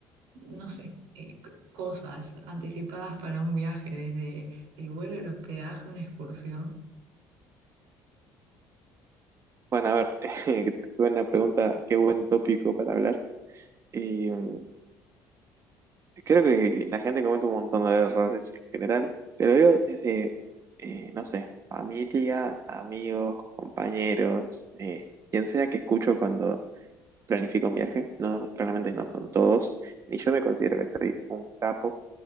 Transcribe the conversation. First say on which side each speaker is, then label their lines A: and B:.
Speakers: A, on the right (about 80°); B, on the right (about 40°).
A: no sé, eh, c- cosas anticipadas para un viaje, desde el vuelo, el hospedaje, una excursión.
B: Bueno, a ver, <laughs> qué buena pregunta, qué buen tópico para hablar. Y mm, creo que la gente comete un montón de errores en general, pero yo desde, eh, no sé, familia, amigos, compañeros, eh, quien sea que escucho cuando planifico un viaje, no, claramente no son todos, ni yo me considero que soy un capo